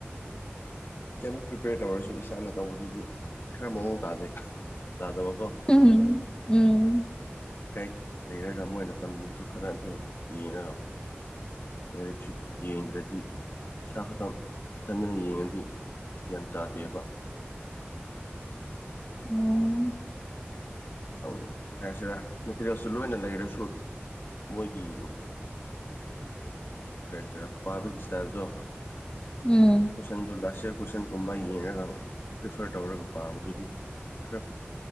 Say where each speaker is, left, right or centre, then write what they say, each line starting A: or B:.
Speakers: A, on the left; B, on the left.
A: ꯀ‌ꯦꯝ ꯄ꯭ꯔꯤꯄꯤꯌ꯭ꯔ ꯇꯧꯔꯁꯨ ꯏꯁꯥꯅ ꯇꯧꯕꯗꯨꯗꯤ ꯈꯔ ꯃꯑꯣꯡ ꯇꯥꯗꯦ ꯇꯥꯗꯕꯀꯣ
B: ꯎꯝ ꯎꯝ
A: ꯒꯥꯏꯠ ꯂꯩꯔꯒ ꯃꯣꯏꯅ ꯇꯝꯕꯤꯕꯗꯨ ꯈꯔ ꯑꯗꯨ ꯌꯦꯡꯉꯒ ꯂꯥꯏꯔꯤꯛꯁꯨ ꯌꯦꯡꯗ꯭ꯔꯗꯤ ꯏꯁꯥ ꯈꯛꯇꯪ ꯏꯊꯟꯗꯅ ꯌꯦꯡꯉꯗꯤ ꯒ꯭ꯌꯥꯟ ꯇꯥꯗꯦꯕ
B: ꯑꯣꯝ
A: ꯑꯪ ꯀꯩ ꯍꯥꯏꯁꯤꯔꯥ ꯃꯦꯇꯤꯔꯦꯜꯁꯨ ꯂꯣꯏꯅ ꯂꯩꯔꯁꯨ ꯃꯣꯏꯒꯤ ꯀꯩ ꯍꯥꯁꯤꯔ ꯄꯥꯕꯒꯤ ꯏꯁꯇꯥꯏꯜꯗꯣ
B: ꯎꯝ
A: ꯀꯣꯏꯁꯟꯗꯨ ꯂꯥꯁ ꯏꯌ꯭ꯔ ꯀꯣꯏꯁꯟꯒꯨꯝꯕ ꯌꯦꯡꯉꯒ ꯄ꯭ꯔꯤꯐ꯭ꯔ ꯇꯧꯔꯒ ꯄꯥꯕꯗꯨꯗꯤ ꯈꯔ